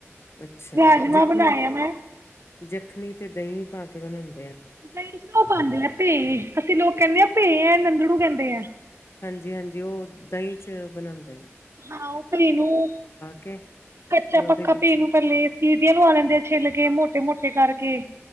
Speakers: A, on the left; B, on the right.
A: ਅੱਛਾ
B: ਰਾਜਮਾਂ
A: ਜਖਣੀ
B: ਬਣਾਏ ਆ ਮੈਂ
A: ਜਖਣੀ ਤੇ ਦਹੀਂ ਪਾ ਕੇ ਬਣਾਉਣੀ
B: ਦਹੀਂ ਪਾਉਂਦੇ ਆ ਭੇ ਅਸੀਂ ਲੋਕ ਕਹਿੰਦੇ ਆਾਂ ਭੇ ਹੈ ਨੰਦੜੂ ਕਹਿੰਦੇ ਆ
A: ਹਾਂਜੀ ਹਾਂਜੀ ਉਹ ਦਹੀਂ ਚ ਬਣਾਉਂਦੇ
B: ਹਾਂ ਉਹ ਪੀ ਨੂੰ
A: ਕੇ
B: ਕੱਚਾ
A: ਤੇ ਉਹਦੇ
B: ਪੱਕਾ
A: ਵਿੱਚ
B: ਪੀ ਨੂੰ ਪਲੇ ਸੀਰੀੀਆਂ ਲ ਆ ਲੈਂਦੇ ਛਿੱਲ ਗ ਮੋ ਮੋਟੇ ਮੋਟੇ ਕਰਕੇ